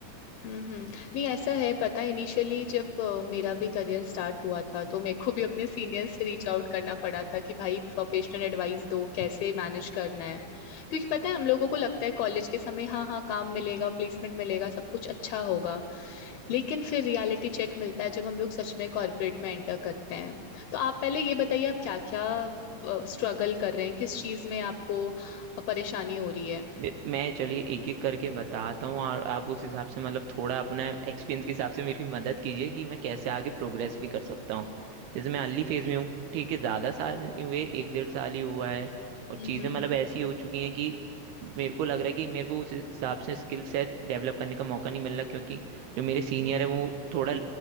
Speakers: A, on the left (about 75°); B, on the right (about 80°).
A: हम्म हम्म। नहीं ऐसा है पता है इनिशियली जब अ, मेरा भी करियर स्टार्ट हुआ था तो मेरे को भी अपने सीनियर्स से रीच आउट करना पड़ा था कि भाई प्रोफेशनल एडवाइस दो कैसे मैनेज करना है क्योंकि पता है हम लोगों को लगता है कॉलेज के समय हाँ हाँ काम मिलेगा प्लेसमेंट मिलेगा सब कुछ अच्छा होगा लेकिन फिर रियलिटी चेक मिलता है जब हम लोग सच में कॉर्पोरेट में एंटर करते हैं तो आप पहले ये बताइए आप क्या क्या स्ट्रगल कर रहे हैं किस चीज में आपको परेशानी हो रही है
B: ये- मैं चलिए एक एक करके बताता हूँ और आप उस हिसाब से मतलब थोड़ा अपना एक्सपीरियंस के हिसाब से मेरी मदद कीजिए कि मैं कैसे आगे प्रोग्रेस भी कर सकता हूँ जैसे मैं अर्ली फेज में हूँ ठीक है ज़्यादा साल नहीं हुए एक डेढ़ साल ही हुआ है और
A: हम्म
B: चीज़ें मतलब ऐसी हो चुकी हैं कि मेरे को लग रहा है कि मेरे को उस हिसाब से स्किल सेट डेवलप करने का मौका नहीं मिल रहा क्योंकि जो मेरे सीनियर है वो थोड़ा